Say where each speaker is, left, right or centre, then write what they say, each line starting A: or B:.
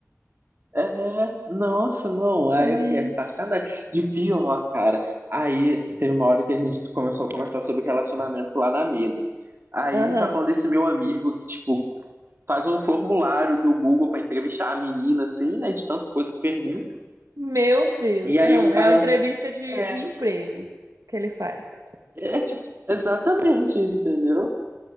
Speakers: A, on the right; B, on the right.
A: É, nossa, não. Aí
B: Ixi.
A: eu fiquei, é sacanagem. E o pior, cara, aí teve uma hora que a gente começou a conversar sobre relacionamento lá na mesa. Aí
B: Aham.
A: a gente tava falando desse meu amigo que, tipo, faz um formulário do Google pra entrevistar a menina, assim, né? De tanta coisa que pergunta.
B: Meu Deus.
A: E aí
B: Ah,
A: o cara.
B: é uma entrevista de,
A: É,
B: de emprego que ele faz.
A: é tipo, exatamente, entendeu?